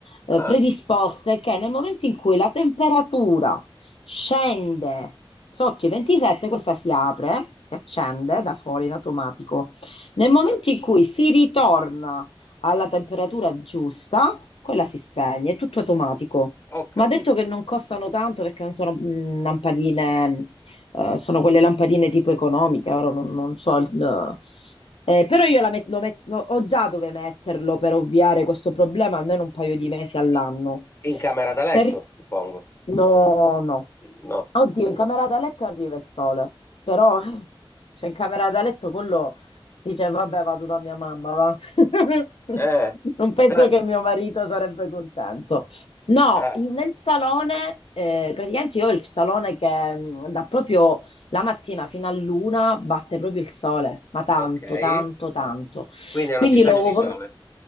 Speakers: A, on the left (about 75°); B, on the left (about 30°).
A: eh,
B: ah,
A: predisposte che nel momento in cui la temperatura scende sotto i 27, questa si apre, si accende da sola in automatico. Nel momento
B: ah,
A: in cui si ritorna alla temperatura giusta, quella si spegne, è tutto automatico.
B: ho capito.
A: Ma ha detto che non costano tanto perché non sono mh, lampadine, eh, sono quelle lampadine tipo economiche, ora non, non so. il- eh, eh, però io la met- lo met- no, ho già dove metterlo per ovviare questo problema almeno un paio di mesi all'anno.
B: I- In camera da letto,
A: Per-
B: suppongo.
A: No, no.
B: No.
A: Oddio,
B: Eh,
A: in camera da letto arriva il sole, però <laughs> cioè in camera da letto quello dice vabbè vado da mia mamma, va. <laughs>
B: eh,
A: Non penso
B: da-
A: che mio marito sarebbe contento. No,
B: eh,
A: in- nel salone, eh, praticamente io ho il salone che mh, da proprio la mattina fino all'una batte proprio il sole, ma tanto,
B: ok.
A: tanto, tanto.
B: Quindi hanno
A: Quindi
B: bisogno
A: lo,
B: di sole.
A: vor-